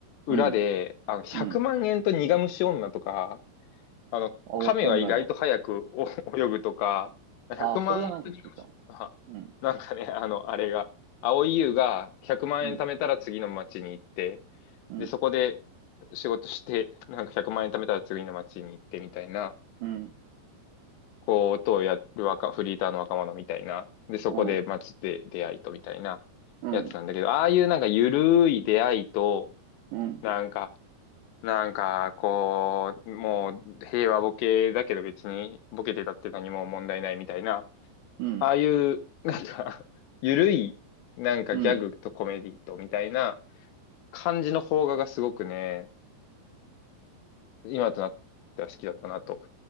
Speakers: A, on the left; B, on the right.
A: 裏で、
B: うん、
A: あの、100万円と苦虫女とか、
B: うん。
A: あの、
B: あ、
A: 亀は意外と早くお
B: わかんないわ。
A: <laughs> 泳ぐとか、100万円と2万円が、
B: あ、それはなんか聞いた。うん、
A: <laughs> なんかね、あの、あれが、蒼井優が100万円貯めたら次の町に行って、
B: うん、うん、
A: で、そこで仕事して、なんか100万円貯めたら次の町に行ってみたいな、
B: うん、
A: こう、ことをやる若、フリーターの若者みたいな、で、そこで町で出会いとみたいなやつなんだけど、
B: うん、うん、
A: ああいうなんかゆるい出会いと、
B: うん、
A: なんか、なんか、こう、もう平和ボケだけど別にボケてたって何も問題ないみたいな、
B: うん、
A: ああいう、なんか <laughs> ゆるい、なんかギャグとコメディとみたいな
B: うん。
A: 感じの邦画がすごくね、今となっては好きだったなと